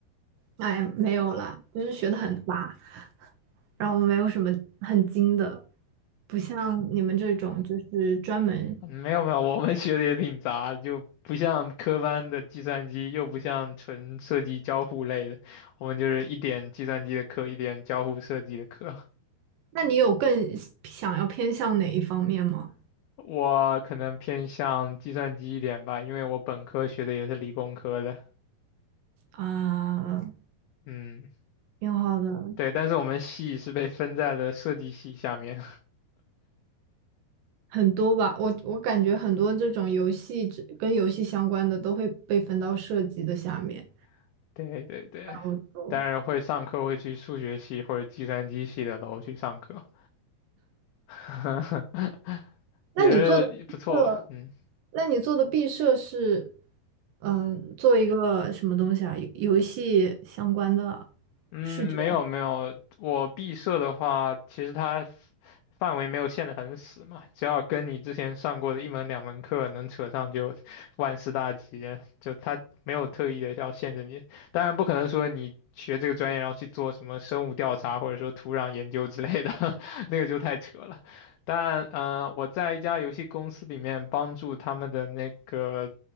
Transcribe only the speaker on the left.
没有没有，我们学的也挺杂，就不像科班的计算机，又不像纯设计交互类的，我们就是一点计算机的课，一点交互设计的课。
<laughs> 我可能偏向计算机一点吧，因为我本科学的也是理工科的。
嗯，
对，但是我们系是被分在了设计系下面。
<laughs> 对对对，
当然会上课会去数学系或者计算机系的楼去上课，<laughs> 也是不错吧。
嗯。
嗯，
没有没有，我毕设的话，其实它范围没有限得很死嘛，只要跟你之前上过的一门两门课能扯上，就万事大吉。就它没有特意的要限制你，当然不可能说你学这个专业然后去做什么生物调查或者说土壤研究之类的，<laughs> 那个就太扯了。但呃，我在一家游戏公司里面帮助他们的那个